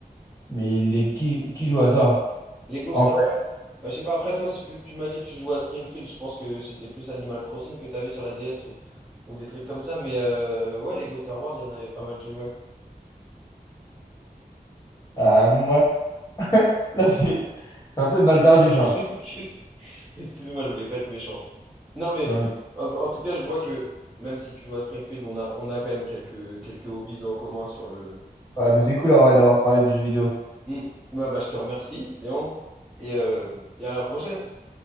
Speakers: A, on the left; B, in the centre.
A: Mais les... qui... qui joue à ça?
B: Lego Star
A: En vrai.
B: Wars? Bah, je sais pas, après toi, c'est- vu que tu m'as dit que tu jouais à Springfield, je pense que c'était plus Animal Crossing que t'avais sur la DS ou, ou des trucs comme ça. Mais euh, ouais, Lego Star Wars, il y en avait pas mal qui jouaient.
A: Euh, moi. Là, c'est c'est un peu une balle perdue,
B: <laughs> Excuse-moi.
A: ça.
B: Excuse-moi, je voulais pas être méchant. Non, mais
A: Non, mais,
B: en, en tout cas, je vois que même si tu joues à Springfield, on a, on a quand même quelques, quelques hobbies en commun sur le...
A: ouais, mais c'est cool
B: Oui.
A: en vrai d'avoir parlé de jeux vidéo.
B: Hmm. Ouais, bah, je te remercie, Léandre. Et, euh, et à la prochaine.